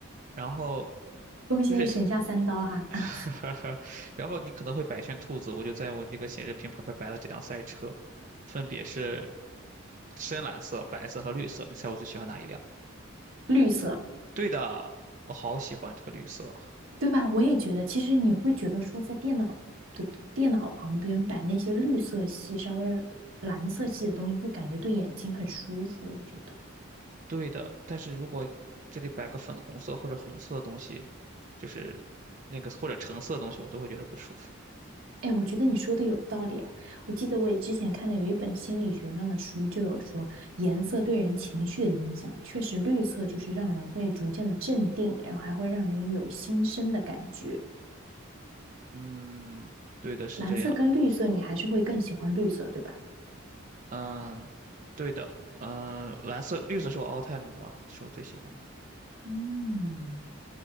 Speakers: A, on the right (about 40°); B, on the right (about 80°).
A: 然后。
B: 恭喜你省下三刀哈，
A: 就是
B: 啊
A: <laughs> 然后你可能会摆一圈兔子，我就在我这个显示屏旁边摆了几辆赛车，分别是深蓝色、白色和绿色。你猜我最喜欢哪一辆？
B: 绿色，
A: 对的，我好喜欢这个绿色。
B: 对吧？我也觉得，其实你会觉得说，在电脑的电脑旁边摆那些绿色系、稍微蓝色系的东西，会感觉对眼睛很舒服。我觉得，
A: 对的，但是如果这里摆个粉红色或者红色的东西，就是那个或者橙色的东西，我都会觉得不舒服。
B: 哎，我觉得你说的有道理。我记得我也之前看的有一本心理学上的书，就有说颜色对人情绪的影响，确实绿色就是让人会逐渐的镇定，然后还会让人有新生的感觉。
A: 嗯，对的，是这样。
B: 蓝色跟绿色，你还是会更喜欢绿色，对吧？
A: 嗯，对的。嗯，蓝色、绿色是我 all time 的吧，是我最喜欢的。
B: 嗯，